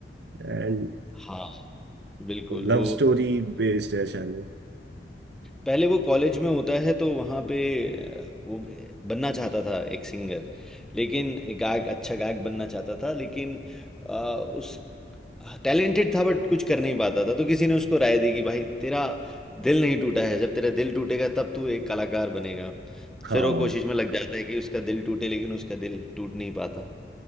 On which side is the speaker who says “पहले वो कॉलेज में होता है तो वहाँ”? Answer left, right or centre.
Centre